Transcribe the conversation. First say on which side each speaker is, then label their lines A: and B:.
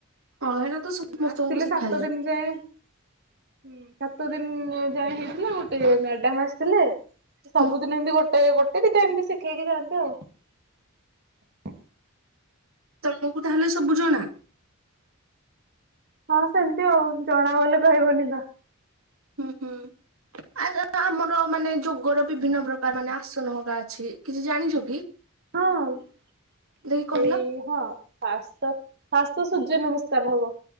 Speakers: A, on the right; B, on the right.
A: ହଁ
B: <inaudible>
A: ହେରା ତ ସମସ୍ତଙ୍କୁ
B: ଆସିଥିଲେ
A: ଶିଖାଯାଏ
B: ସାତ ଦିନ ଯାଏଁ। <inaudible> ହୁଁ ସାତ ଦିନ ଯାଏ ହେଇଥିଲା ଗୋଟେ ମ୍ୟାଡାମ ଆସିଥିଲେ ସେ ସବୁଦିନ
A: ହୁଁ
B: ଏମତି ଗୋ ଗୋଟେ ଦିଟା ଏମତି ଶିଖେଇକି ଯାଆନ୍ତି ଆଉ <inaudible>
A: ତମକୁ ତାହେଲେ ସବୁ ଜଣା?
B: ହଁ ସେମିତି ଆଉ ଜଣା ବୋଲି କହିବନି ତ।
A: ହୁଁ ହୁଁ। ଆମର ମାନେ ଯୋଗର ବିଭିନ୍ନ ପ୍ରକାର ମାନେ ଆସନହକା ଅଛି କିଛି ଜାଣିଛ କି?
B: ହଁ <inaudible>
A: ଦେଇକି କହିଲ
B: ଏଇ ହଁ ଫାଷ୍ଟତ ଫାଷ୍ଟ ତ ସୂର୍ଯ୍ୟ ନମସ୍କାର ହବ